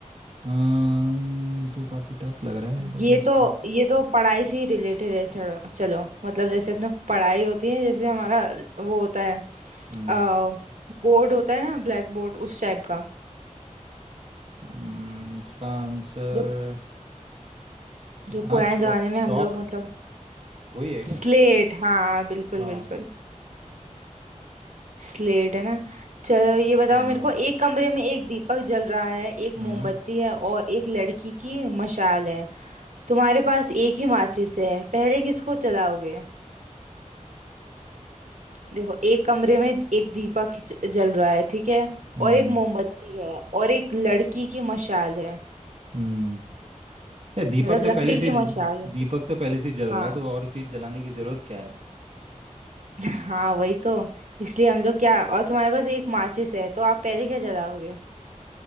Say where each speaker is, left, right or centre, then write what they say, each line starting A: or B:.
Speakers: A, on the right; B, on the right.
A: अम्म, ये तो काफ़ी टफ लग रहा है मेरे को
B: ये
A: तो इसको
B: तो ये तो पढ़ाई से ही रिलेटेड है चलो चलो मतलब जैसे अपना पढ़ाई होती है जैसे हमारा वो होता है
A: हम्म
B: आ, बोर्ड होता है ना ब्लैक बोर्ड उस टाइप का
A: अम्म, इसका आंसर
B: जो जो
A: हाँ
B: पुराने
A: चौक
B: जमाने में
A: चौक
B: हम लोग मतलब
A: वही है क्या
B: स्लेट हाँ बिल्कुल
A: हाँ
B: बिल्कुल स्लेट है ना चलो ये बताओ
A: हाँ
B: मेरे को एक कमरे में एक दीपक जल रहा है एक
A: हम्म
B: मोमबत्ती है और एक लड़की की मशाल है तुम्हारे पास एक ही माचिस है पहले किसको जलाओगे देखो एक कमरे में एक दीपक ज- जल रहा है ठीक है
A: हम्म
B: और एक मोमबत्ती है और एक लड़की की मशाल है
A: हम्म ये दीपक
B: मतलब
A: तो
B: लकड़ी
A: पहले से
B: की
A: ज-
B: मशाल है
A: दीपक तो पहले से ही जल रहा
B: हाँ
A: है तो और चीज़ जलाने की ज़रूरत क्या है
B: <laughs> हाँ वही तो इसलिए हम लोग क्या और तुम्हारे पास एक माचिस है तो आप पहले क्या जलाओगे